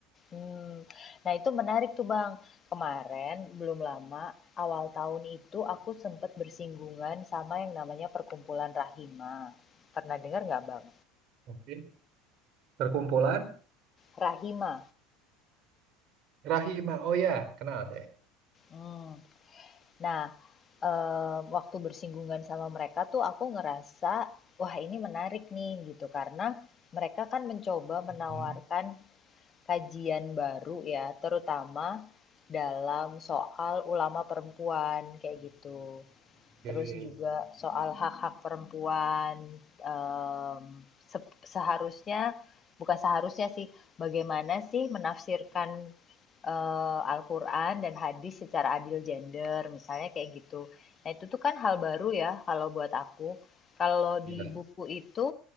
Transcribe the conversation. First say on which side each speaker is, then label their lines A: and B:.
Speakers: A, on the left; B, on the right.
A: mmm. Nah, itu menarik tuh, Bang. Kemarin belum lama, awal tahun itu aku sempet bersinggungan sama yang namanya perkumpulan Rahima. Pernah dengar nggak, Bang?
B: Oke. Perkumpulan
A: Rahima,
B: Rahima, oh ya, kenal saya.
A: mmm. Nah, eee, waktu bersinggungan sama mereka tuh aku ngerasa, wah ini menarik nih gitu, karena mereka kan mencoba menawarkan
B: Hmm.
A: kajian baru ya, terutama dalam soal ulama perempuan, kayak gitu
B: Hmm.
A: terus juga soal hak-hak perempuan em, se- seharusnya bukan seharusnya sih bagaimana sih menafsirkan eh, Al-Qur'an dan hadis secara adil gender misalnya kayak gitu. Nah, itu tuh kan hal baru ya kalau buat aku. Kalau
B: Iya.
A: di buku itu